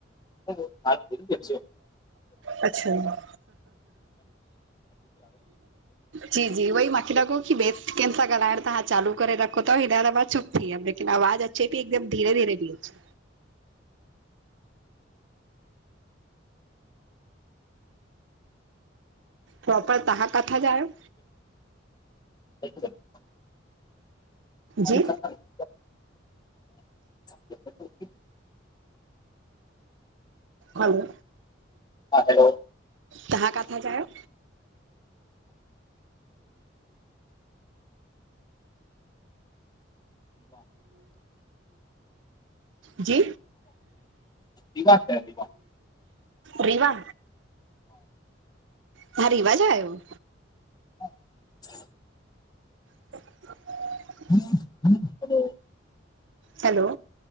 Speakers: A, on the left (about 20°); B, on the right (about 80°).
A: हांणे ठीक ति अचेव?
B: अच्छा! जी जी, उई मांखे लॻो कि ॿे कंहिं सां ॻाल्हाइण तव्हां चालू करे रखो थव, हेॾा सफा चुप थी वयो, लेकिन आवाज़ अच्चे पी, एकदम धीरे धीेरे पी अच्चे। प्रोपर, तहां काथां जा आयो?
A: हिकदम। <inaudible> ह
B: जी
A: सारी <inaudible> <inaudible>
B: हैलो।
A: हा हैलो
B: तहां काथां जा आहियो? जी
A: रीवा शहर रीवा।
B: रीवा, तहाँ रीवा जा आयो?
A: <inaudible>
B: हा। <unintelligible>
A: हा हा। <inaudible>
B: हैलो